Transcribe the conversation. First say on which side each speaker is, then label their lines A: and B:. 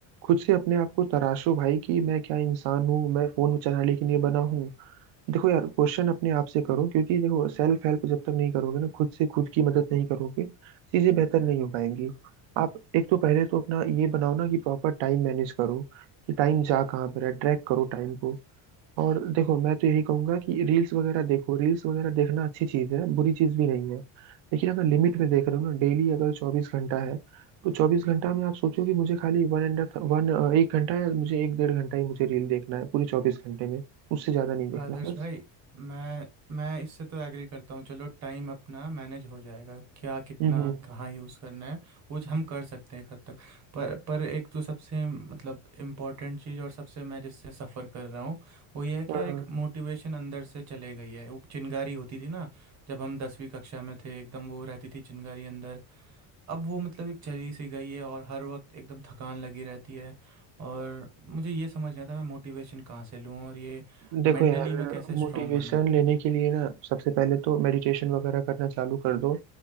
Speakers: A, on the right (about 75°); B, on the right (about 35°).
A: खुद से अपने आप को तराशो भाई कि मैं क्या इंसान हूँ मैं फोन चलाने के लिए बना हूँ देखो यार क्वेश्चन अपने आप से करो क्योंकि देखो सेल्फ हेल्प जब तक नहीं करोगे ना खुद से खुद की मदद नहीं करोगे चीजें बेहतर नहीं हो पाएंगी आप एक तो पहले तो अपना ये बनाओ ना कि प्रॉपर टाइम मैनेज करो कि टाइम जा कहाँ पर है ट्रैक करो टाइम को और देखो मैं तो यही कहूंगा कि रील्स वगैरह देखो रील्स वगैरह देखना अच्छी चीज है बुरी चीज भी नहीं है लेकिन अगर लिमिट में देख रहे हो ना डेली अगर चौबीस घंटा है तो चौबीस घंटा में आप सोचो कि मुझे खाली वन एंड वन एक घंटा या मुझे एक डेढ़ घंटा ही मुझे रील देखना है पूरे चौबीस घंटे में उससे ज्यादा नहीं देखना
B: आदर्श
A: बस
B: भाई मैं मैं इससे तो एग्री करता हूँ चलो टाइम अपना मैनेज हो जाएगा क्या कितना
A: हम्म
B: कहाँ यूज़ करना है वो हम कर सकते हैं एक हद तक पर पर एक जो सबसे मतलब इम्पोर्टेंट चीज़ और सबसे मैं जिससे सफ़र कर रहा हूँ वो ये है कि
A: हाँ,
B: यार एक मोटिवेशन अंदर से चले गई है वो चिंगारी होती थी ना जब हम दसवीं कक्षा में थे एकदम वो रहती थी चिंगारी अंदर अब वो मतलब एक चली सी गई है और हर वक्त एकदम थकान लगी रहती है और मुझे ये समझ नहीं आता मैं मोटिवेशन कहाँ से लूँ और ये
A: देखो
B: मेंटली
A: यार
B: मैं कैसे स्ट्रांग
A: मोटिवेशन
B: बनूँ
A: लेने के लिए ना सबसे पहले तो मेडिटेशन वगैरह करना चालू कर दो